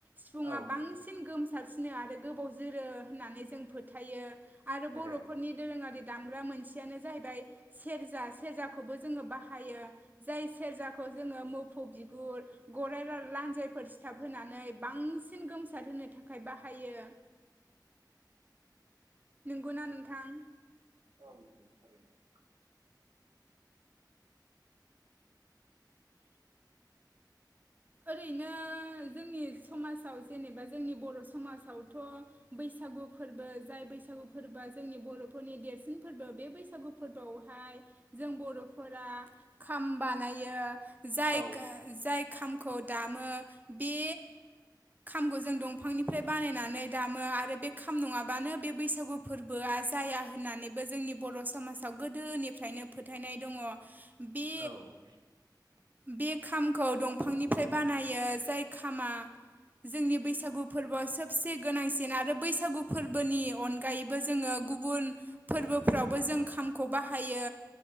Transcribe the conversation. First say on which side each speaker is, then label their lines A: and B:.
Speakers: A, on the right; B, on the right.
A: सिफुुंआ
B: औ
A: बांसिन गोमसारसिनो आरो आरो गोबाव जोरो होननानै जों फोथायो। आरो बर'फोरनि
B: ए
A: दोरोङारि दामग्रा मोनसेयानो जाहैबाय सेरजा सेरजाखौबो जोंङो बाहायो। जाय सेरजाखौ जोंङो मोफौ बिगुर गराइ लान्जायफोर सिथाब होनानै बां बांसिन गोमसाद होनो थाखाय बाहायो। नंगौना नोंथां।
B: औ नंगौ थारैनो
A: ओरैनो जोंनि समाजाव जेनेबा जोंनि बर' समाजावथ' बैसागु फोरबो जाय बैसागु फोरबोआ जोंनि बर'फोरनि देरसिन फोरबो बे बैसागु फोरबोआवहाय जों बर'फोरा खाम बानायो। जाय
B: औ
A: जाय खामखौ दामो बे खामखौ जों दंफांनिफ्राय बानायनानै दामो आरो बे खाम नङाबानो बे बैसागु फोरबोआ जाया होननानैबो जोंनि बर' समाजाव गोदोनिफ्रायनो फोथायनाय दङ बे
B: औ
A: बे खामखौ दंफांनिफ्राय बानायो जाय खामा जोंनि बैसागु फोरबोआ सबसे गोनांसिन आरो बैसागु फोरबोनि अन गायबो जोंङो गुबुन फोरबोफ्रावबो जों खामखौ बाहायो।